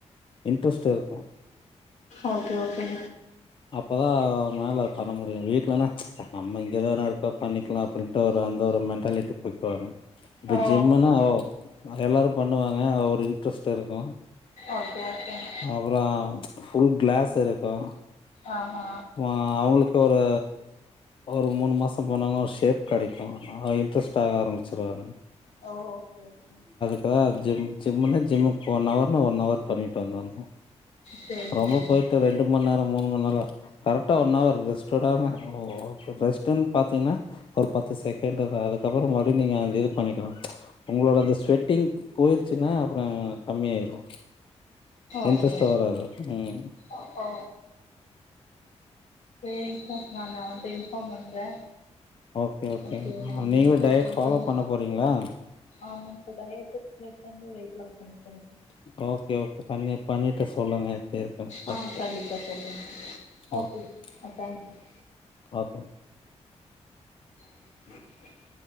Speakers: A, on the left; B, on the left.
A: இன்ட்ரெஸ்ட் இருக்கு
B: ஓகே ஓகே
A: அப்பதா மேல பண்ண முடியு வீட்லனா அ நம்ம இங்கதான இருக்கோ பண்ணிக்கலா அப்டின்ட்டு ஒரு அந்த ஒரு மென்ட்டாலிட்டி போய்க்குவாங்க இப்ப
B: ஓ
A: ஜிம்முனா ஓ எல்லாரு பண்ணுவாங்க ஒரு இன்ட்ரெஸ்ட் இருக்கு
B: ஓகே ஓகேங்
A: அப்பறோ ஃபுல் கிளாஸ் இருக்கு
B: ஆ ஆ
A: அ அவுங்ளுக்கு ஒரு ஒரு மூணு மாசோ போனாங்கனா ஒரு ஷேப் கெடைக்கு அன்னா இன்ட்ரெஸ்ட் ஆக ஆரம்பிச்சிருவாங்க
B: ஓ ஓகே ஓகே
A: இப்பதா ஜிம் ஜிம்முன்னா ஜிம்முக்கு ஒன் அவர்ன்னா ஒன் அவர் பண்ணிட்டு வந்துண்ணு
B: சேரி
A: ரொம்ப
B: சேரிங்
A: போயிட்டு
B: சார்
A: ரெண்டு மண் நேரோ மூணு மண் நேரோ கரெக்டா ஒன் அவர் ரெஸ்ட்வுடாம ஓ ஓகே ரெஸ்ட்ன்னு பாத்தீங்கன்னா ஒரு பத்து செகண்ட் அதுக்கப்பற மறுபடியு நீங்க அந்த இது பண்ணிக்கணு உங்களோட அந்த ஸ்வெட்டிங் போயிருச்சுன்னா அப்பற கம்மியாயிரு
B: ஓகே
A: இன்ட்ரெஸ்ட் வராது ம்
B: ஓ ஒ சேரிங் சார் நானு வந் இன்ஃபார்ம் பண்ணுறே
A: ஓகே ஓகே
B: ஓகேயா
A: நீங்களு
B: நீ குடுத்தனு
A: டயட் ஃபாலோ
B: சொல்லி
A: பண்ண போறீங்களா
B: ஆமாங் சார் டயட்டு பிளஸ் வந்து வெயிட் லாஸ் பண்ண போறே சார்
A: ஓகே ஓகே பண்ணி பண்ணிட்டு சொல்லுங்க இருக்கனு
B: ஆ
A: ஓகே
B: கண்டிப்பா சொல்றே சார்
A: ஓகே
B: சார் ஆ தேங்க்யூ சார்.
A: ஓகே மேம்
B: அஹ <inaudible>